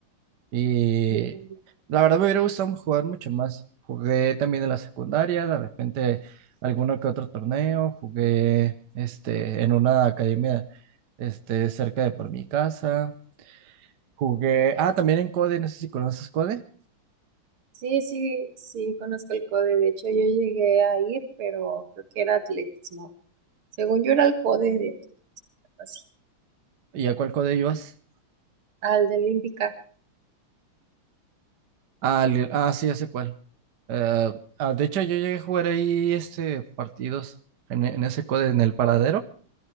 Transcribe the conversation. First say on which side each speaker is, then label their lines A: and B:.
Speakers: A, on the right; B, on the right.
A: Y
B: Ujú.
A: la verdad me hubiera gustado jugar mucho más. Jugué también en la secundaria, de repente alguno que otro torneo, jugué este en una academia este cerca de por mi casa. Jugué, ah, también en CODE, no sé si conoces CODE.
B: Sí, sí, sí, conozco el CODE. De hecho, yo llegué a ir, pero creo que era atletismo. Según yo era el CODE de atletismo, así,
A: ¿Y a cuál CODE ibas?
B: al de Olímpica.
A: Ah, Lil- ah, sí, ya sé cuál. Eh, ah, de hecho, yo llegué a jugar ahí este partidos en, e- en ese code, en el paradero.